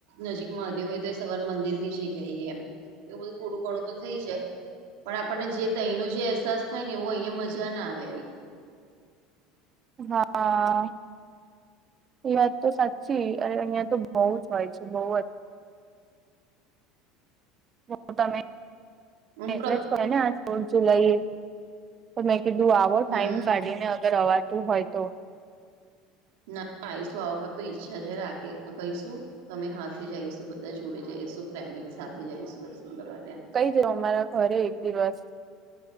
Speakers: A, on the right (about 85°); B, on the right (about 25°).
A: નજીક. મહાદેવ હોય તો એ સવારે મંદિર બી જઈ એમ. એ બધું થોડું ઘણું તો થઈ જાય. પણ આપણને જે અનો જે અહેસાસ થાય ને એવો અહીંયા મજા ના આવે એવી.
B: હા. એ વાત તો સાચી અહિયાં તો બઉુ જ હોય છે બઉ. તો તમે
A: હમ
B: એટલે
A: પ્ર
B: જ કો ને આ ફોર્થ જુલાઈ એ. તો મેં કીધું આવો ટાઈમ
A: હમ
B: કાઢીને અગર અવાતું હોય તો.
A: ના આવીશું આ વખત તો ઈચ્છા છે રાતે રઈશું તમે હાથે જઈશું બધા જોડે જઈશું. ફેમિલી સાથે જઈશું દર્શન કરવા ત્યાં.
B: તમારા ઘરે એક દિવસ.